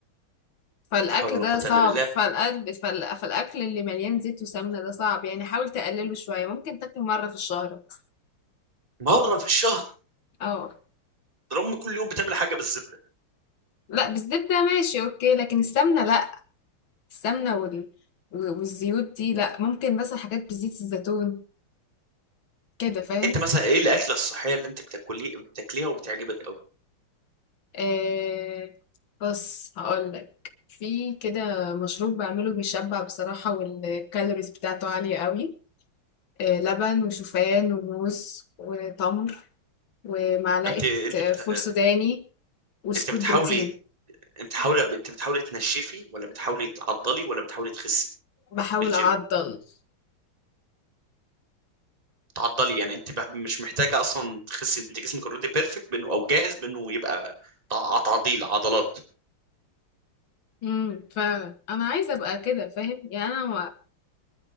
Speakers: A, on the left; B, on the right.
A: فالأكل
B: لا حول ولا
A: ده
B: قوة
A: صعب،
B: إلا بالله
A: فالقلب فال فالأكل اللي مليان زيت وسمنة ده صعب، يعني حاول تقلله شوية، ممكن تاكله مرة في الشهر مثلًا،
B: مرة في الشهر
A: آه،
B: ده أمي كل يوم بتعمل حاجة بالزبدة
A: لأ بالزبدة ماشي أوكي، لكن السمنة لأ، السمنة وال و والزيوت دي لأ، ممكن مثلًا حاجات بزيت الزيتون كده، فاهم؟
B: انت مثلا ايه الاكله الصحيه اللي انت بتاكليه بتاكليها وبتعجبك قوي
A: آه بص هقولك في كده مشروب بعمله بيشبع بصراحة والكالوريز بتاعته عالية قوي آه لبن وشوفان وموز وتمر ومعلقة
B: انت انت
A: آه،
B: بت...
A: فول سوداني وسكوب
B: انت بتحاولي
A: بروتين
B: انت حاولة انت بتحاولي تنشفي ولا بتحاولي تعضلي ولا بتحاولي تخسي
A: بحاول
B: بالجيم
A: أعضل
B: تعضلي يعني انت ب... مش محتاجه اصلا تخسي انت جسمك اوريدي بيرفكت بانه او جاهز بانه يبقى تع- تعضيل عضلات
A: امم فعلا أنا عايزة أبقى كده فاهم يعني أنا ما-